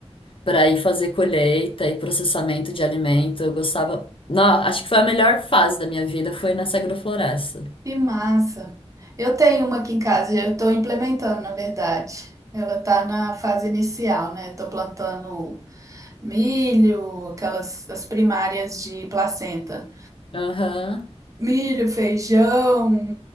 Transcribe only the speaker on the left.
para ir fazer colheita e processamento de alimento. Eu gostava. Não, acho que foi a melhor fase da minha vida, foi nessa agrofloresta.
Aham.